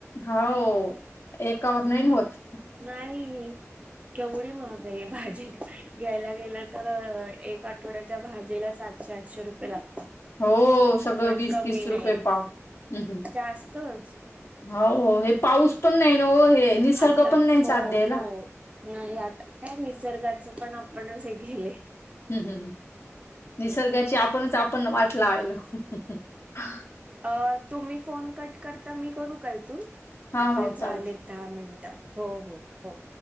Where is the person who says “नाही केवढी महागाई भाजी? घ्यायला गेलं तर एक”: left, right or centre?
Right